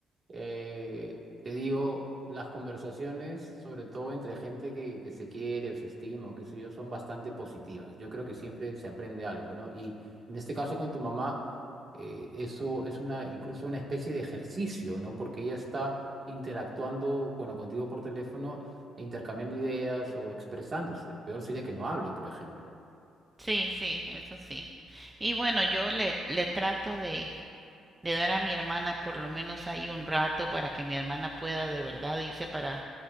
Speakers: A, on the right (about 45°); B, on the right (about 20°).
A: Eh, te digo, las conversaciones, sobre todo entre gente que, que se quiere o se estima o qué sé yo, son bastante positivas. Yo creo que siempre se aprende algo, ¿no? Y en este caso con tu mamá, eh, eso es una, incluso una especie de ejercicio, ¿no? Porque ella está interactuando, bueno, contigo por teléfono e intercambiando ideas o expresándose. Peor sería que no hable, por ejemplo.
B: Sí, sí, eso sí. Y bueno, yo le, le trato de, de dar a mi hermana por lo menos ahí un rato para que mi hermana pueda de verdad irse para,